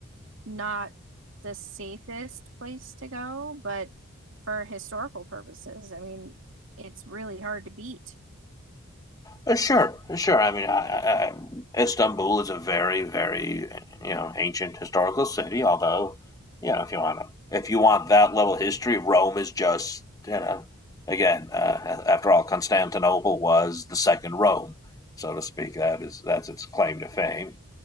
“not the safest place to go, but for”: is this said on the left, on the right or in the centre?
Right